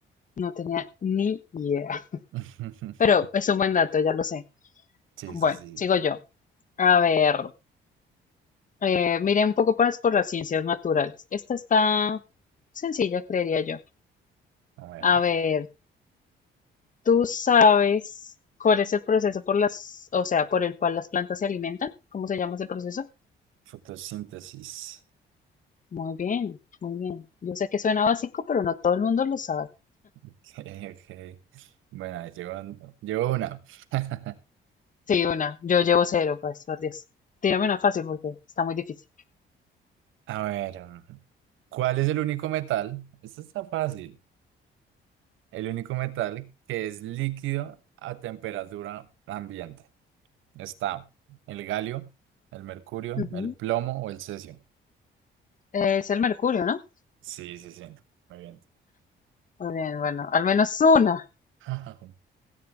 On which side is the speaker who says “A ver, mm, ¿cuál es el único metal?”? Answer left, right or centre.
Right